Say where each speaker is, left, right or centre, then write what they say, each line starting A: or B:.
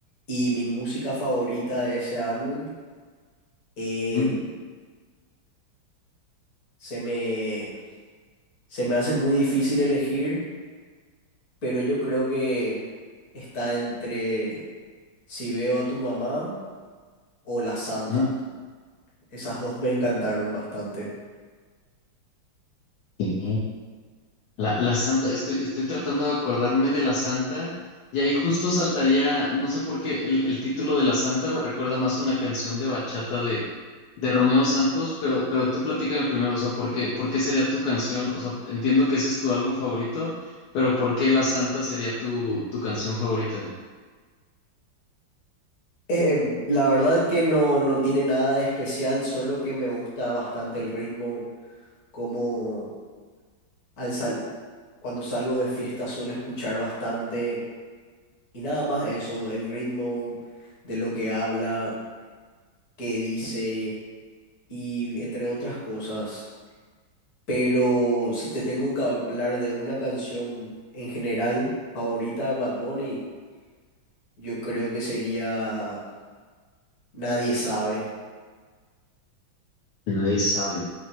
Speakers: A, on the left; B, on the left.
A: Y mi música favorita de ese álbum en,
B: Mm,
A: se me Se me hace muy difícil elegir, pero yo creo que está entre si veo a tu mamá o la santa.
B: mm.
A: Esas dos me encantaron bastante.
B: Sí. La, la santa, estoy, estoy tratando de acordarme de la santa y ahí justo saltaría, no sé por qué, el, el título de la santa me recuerda más a una canción de bachata de, de Romeo Santos, pero, pero tú platícame primero, o sea, ¿por qué, por qué sería tu canción? O sea, entiendo que ese es tu álbum favorito, pero ¿por qué la santa sería tu, tu canción favorita?
A: Eh, la verdad que no, no tiene nada de especial, solo que me gusta bastante el ritmo, como al sal cuando salgo de fiesta suelo escuchar bastante y nada más eso, el ritmo de lo que habla, qué dice y entre otras cosas. Pero si te tengo que hablar de una canción en general favorita de Bad Bunny, yo creo que sería Nadie sabe,
B: Nadie sabe.